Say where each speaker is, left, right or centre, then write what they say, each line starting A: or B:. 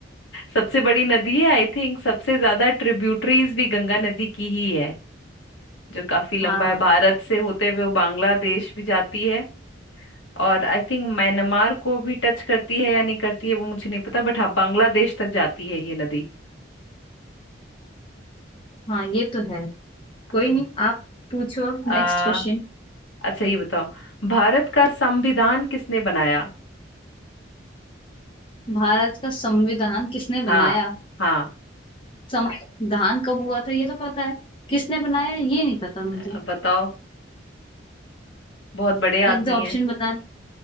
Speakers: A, on the left (about 85°); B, on the left (about 25°).
A: सबसे बड़ी नदी है आई थिंक सबसे ज्यादा ट्रिब्यूटरीज भी गंगा नदी की ही है जो काफी लंबा
B: हाँ
A: है भारत से होते हुए वो बांग्लादेश भी जाती है और आई थिंक म्यांमार को भी टच करती है या नहीं करती है वो मुझे नहीं पता बट हाँ बांग्लादेश तक जाती है ये नदी
B: हाँ ये तो है
A: हाँ।
B: कोई नहीं आप पूछो अब नेक्स्ट
A: आ,
B: क्वेश्चन
A: अच्छा ये बताओ भारत का संविधान किसने बनाया
B: भारत का संविधान किसने
A: हाँ
B: बनाया
A: हाँ
B: संविधान कब हुआ था ये तो पता है किसने बनाया ये नहीं पता मुझे
A: अब बताओ बहुत बड़े आदमी
B: एक दो ऑप्शन
A: है
B: बता